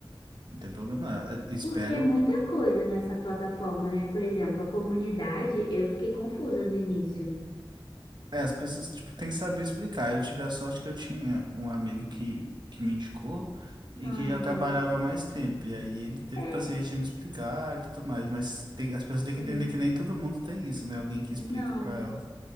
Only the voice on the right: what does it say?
não tem problema. Eu espero.
É, as pessoas, tipo, têm que saber explicar. Eu tive a sorte que eu tinha um amigo que, que me indicou e
que já trabalhava há mais tempo. E aí ele teve
paciência de me explicar e tudo mais. Mas tem, as pessoas
têm que entender que nem todo mundo tem isso, né? Alguém que explique
pra elas.